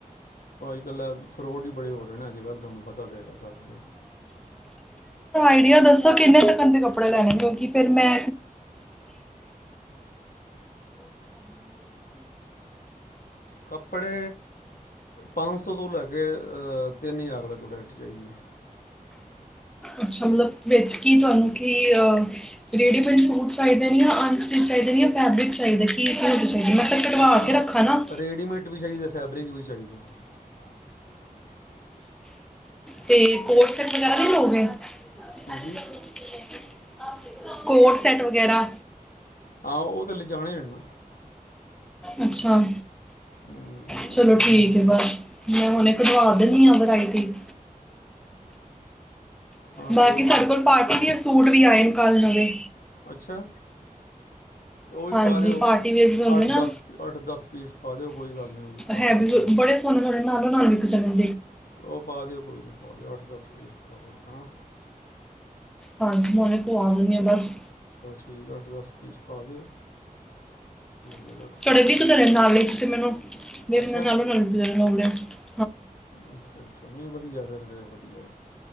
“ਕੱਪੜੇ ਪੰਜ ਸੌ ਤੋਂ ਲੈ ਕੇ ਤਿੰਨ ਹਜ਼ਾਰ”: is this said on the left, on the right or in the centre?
Left